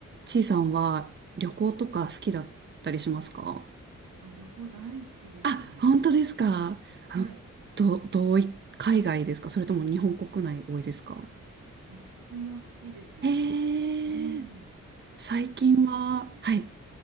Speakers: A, on the right (about 35°); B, on the right (about 75°).
A: ちいさんは旅行とか好きだったりしますか
B: あ、旅行大好きですね。
A: あ、本当ですかあの、
B: はい。
A: ど、どうい、海外ですかそれとも日本国内多いですか
B: どっちも好きですね。
A: へえ、
B: うん。
A: 最近は、
B: 今日、あ、先、
A: はい。